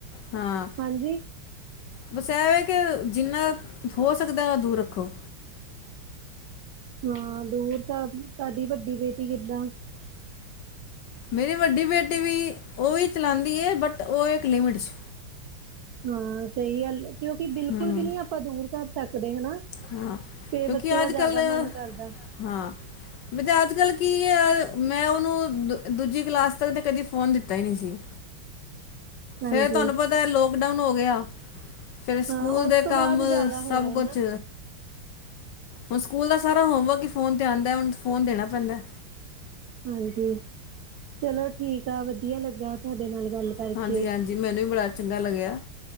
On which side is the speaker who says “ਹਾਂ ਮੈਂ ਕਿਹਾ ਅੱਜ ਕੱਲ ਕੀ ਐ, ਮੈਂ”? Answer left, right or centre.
Left